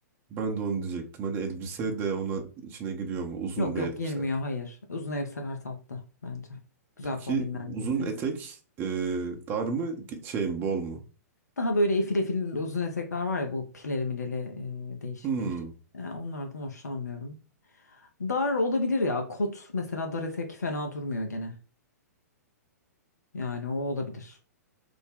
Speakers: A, on the right (about 25°); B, on the left (about 70°).
A: ben de onu diyecektim hani elbise de ona içine giriyor mu uzun
B: Yok
A: bir
B: yok
A: elbise.
B: girmiyor hayır. Uzun elbiseler tatlı bence. Güzel
A: Peki
B: kombinlendiyse
A: uzun etek
B: mis gibi.
A: e, dar mı ge- şey mi bol mu?
B: Daha böyle efil efil uzun etekler var ya bu pileli mileli e, değişik
A: Hmm,
B: değişik. Yani onlardan hoşlanmıyorum. Dar olabilir ya. Kot mesela dar etek fena durmuyor gene. Yani o olabilir.